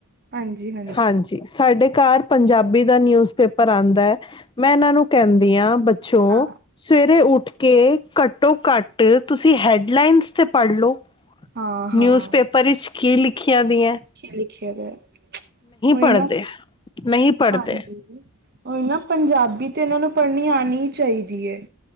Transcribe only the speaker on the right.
ਹਾਂਜੀ ਹਾ
ਹਾਂ
ਹਾਂ ਹਾਂ
ਕੀ ਲਿਖਿਆ ਦਾ, ਓਹੀ
ਨਾ
ਹਾਂਜੀ। ਉਹੀ ਨਾ ਪੰਜਾਬੀ ਤੇ ਇਹਨਾਂ ਨੂੰ ਪੜ੍ਹਨੀ ਆਣੀ ਹੀ ਚਾਹੀਦੀ ਏ,